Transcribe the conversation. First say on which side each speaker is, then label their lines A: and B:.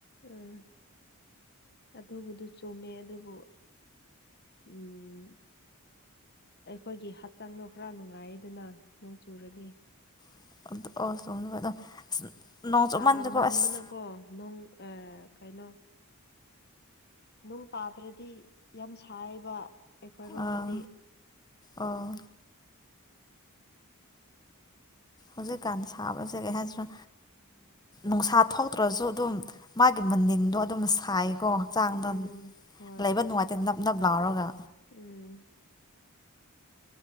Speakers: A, on the left; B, on the left.
A: ꯎꯝ ꯑꯗꯨꯕꯨꯗꯨ ꯆꯨꯝꯃꯦ ꯑꯗꯨꯕꯨ ꯎꯝ ꯑꯩꯈꯣꯏꯒꯤ ꯍꯛꯆꯥꯡꯗꯣ ꯈꯔ ꯅꯨꯡꯉꯥꯏꯌꯦꯗꯅ ꯅꯣꯡ ꯆꯨꯔꯗꯤ
B: <unintelligible>
A: ꯁꯥ
B: ꯆꯨꯞꯃꯟꯗꯀꯣ
A: ꯃꯟꯕꯅꯀꯣ
B: ꯑꯁ
A: ꯅꯣꯡ ꯑꯥ ꯀꯩꯅꯣ ꯅꯨꯡ ꯇꯥꯗ꯭ꯔꯗꯤ ꯌꯥꯝ ꯁꯥꯏꯕ ꯑꯩꯈꯣꯏꯔꯣꯝꯗꯗꯤ
B: ꯑꯥ ꯑꯥ ꯍꯧꯖꯤꯛꯀꯥꯟ ꯁꯥꯕꯁꯦ ꯀꯩ ꯍꯥꯏꯁꯤꯅ ꯅꯨꯡꯁꯥ ꯊꯣꯛꯇ꯭ꯔꯁꯨ ꯑꯗꯨꯝ ꯃꯥꯒꯤ ꯃꯅꯤꯟꯗꯣ ꯑꯗꯨꯝ ꯁꯥꯏ ꯀꯣ ꯍꯛꯆꯥꯡꯗ
A: ꯎꯝ ꯍꯣꯏ
B: ꯂꯩꯕ ꯅꯨꯡꯉꯥꯏꯇꯦ ꯅꯞꯅꯕ ꯂꯥꯥꯎꯔꯒ
A: ꯎꯝ